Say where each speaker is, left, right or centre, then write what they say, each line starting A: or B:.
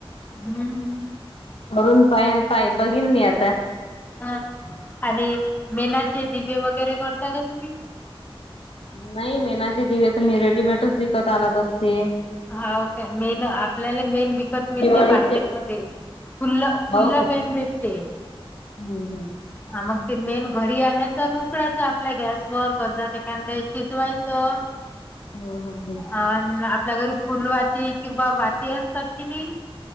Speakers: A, on the left; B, on the left.
A: हम्म.
B: करून पाही पाही बघीन मी आता.
A: हो आणि मीनाचे दिवे वगैरे करता का तुम्ही?
B: नाही मेनाची दिवे तर मी रेडीमेटच विकत आणत असते.
A: हाव काय मेन आपल्याला मेन विकत मिळते
B: दिवाळीचे
A: मार्केटमध्ये. खुल्ला खुल्ला
B: हो का
A: मेण भेटते.
B: हम्म हम् <unintelligible>
A: हा मग ते मेण घरी आणायचं आणि उकडायचं आपल्या गॅसवर कजात एखांद्या शिजवायचं
B: हम्म हम्म हम्म
A: अ आपल्या घरी फुलवाती किंवा वाती असतात कि नाही?